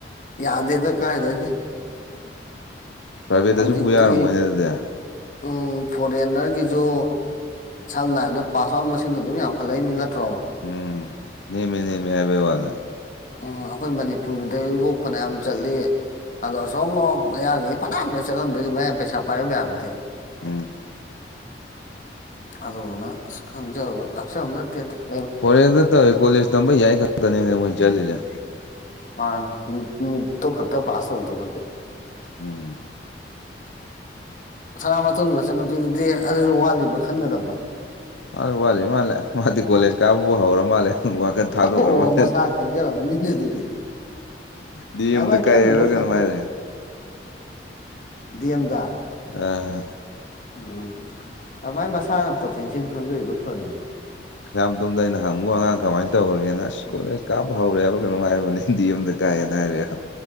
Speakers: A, on the left; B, on the left.
A: ꯌꯥꯗꯦꯗ ꯀꯥꯏꯗꯒꯦ
B: ꯄ꯭ꯔꯥꯏꯚꯦꯠꯇꯁꯨ
A: ꯍꯧꯖꯤꯛꯇꯤ
B: ꯄꯨ ꯌꯥꯔꯝꯃꯣꯏꯅꯦ ꯑꯗꯨꯗꯤ
A: ꯎꯝ ꯐꯣꯔꯦꯟꯅꯔꯒꯤꯁꯨ ꯁꯝꯅ ꯍꯥꯏ ꯑꯗ ꯄꯥꯁ ꯑꯥꯎꯟ ꯃꯁꯤꯡꯗꯣ ꯑꯗꯨꯝ ꯌꯥꯝꯈꯠꯂꯛꯏꯅꯤ ꯅꯠꯇ꯭ꯔꯣi
B: ꯎꯝ ꯅꯤꯃꯤ ꯅꯤꯃꯤ ꯍꯥꯏꯕꯦ ꯋꯥꯅꯦ
A: ꯎꯝ ꯑꯩꯈꯣꯏ ꯃꯅꯤꯄꯨꯔꯒꯤꯗ ꯌꯣꯛ ꯐꯅꯌꯥꯝ ꯆꯠꯂꯤ ꯑꯗꯣ ꯑꯁꯣꯝꯂ ꯃꯌꯥꯌꯥꯝꯒꯤ ꯐꯅꯥꯌꯥꯝꯅ ꯆꯠꯂꯝꯗꯗꯒꯤ ꯃꯌꯥꯝ ꯄꯩꯁꯥ ꯄꯥꯏꯔꯝ ꯌꯥꯕꯗꯤ
B: ꯎꯝ
A: ꯑꯗꯅ ꯈꯪ ꯂꯁ ꯍꯧ ꯅꯦ
B: ꯐꯣꯔꯦꯠꯇꯧ ꯀꯣꯖ ꯇ ꯌꯥꯏ ꯈꯔ ꯃꯣꯏ ꯆꯂꯤꯖ
A: ꯃꯥ ꯅꯨꯇꯣ ꯈꯛꯇ ꯄꯥꯁ ꯇꯧꯗꯕꯒꯤ
B: ꯎꯝ
A: ꯁꯅꯥꯥ ꯃꯊꯣꯏꯒꯤ ꯃꯆꯟꯅꯨꯄꯤꯗꯨꯗꯤ ꯑꯗꯨꯁꯨ ꯋꯥꯠꯂꯤꯕ ꯈꯟꯒꯗꯕ
B: ꯃꯥ ꯋꯥꯠꯂ ꯃꯥꯜꯂꯦ ꯃꯥꯗꯤ ꯀꯣꯂꯦꯖ ꯀꯥꯕꯕꯨ ꯍꯧꯔ ꯃꯥꯜꯂꯦ ꯋꯥꯀ ꯊꯥꯗꯣꯛ
A: ꯑꯣ
B: ꯈ꯭ꯔꯣ ꯃꯥ
A: ꯃꯁꯥ ꯈꯪꯖꯔꯕꯅꯤꯅꯦ ꯑꯗꯨꯗꯤ
B: ꯗꯤ
A: ꯑꯗꯨꯃꯥꯏꯅ
B: ꯌꯨꯝꯗ ꯀꯥꯏ
A: ꯈꯪꯉꯤꯗꯣ
B: ꯍꯥꯏꯔꯥ ꯀꯩꯅꯣ ꯍꯥꯏꯔꯦ
A: ꯗꯦꯝꯗꯥ
B: ꯑ
A: ꯎꯝ ꯎꯝ ꯎꯝ ꯃꯥꯏ ꯃꯁꯥꯅ ꯄꯣꯇꯦꯟꯁꯤꯌꯦꯜ ꯈꯪꯗꯔꯤꯗꯣ ꯐꯔꯤꯅꯤ
B: ꯎ ꯑ ꯇꯣꯝꯗ ꯑꯩꯅ ꯍꯪꯉꯨ ꯑꯉꯥꯡ ꯀꯃꯥꯏꯅ ꯇꯧꯈꯒꯦꯅ ꯑꯁ ꯀꯣꯂꯦꯖ ꯀꯥꯞꯄ ꯍꯧꯔꯦꯕ ꯀꯩꯅꯣ ꯍꯥꯏꯕꯅꯤ ꯍꯤꯟꯗꯤ ꯑꯃꯗꯒꯤ ꯀꯥꯏꯅꯔꯦ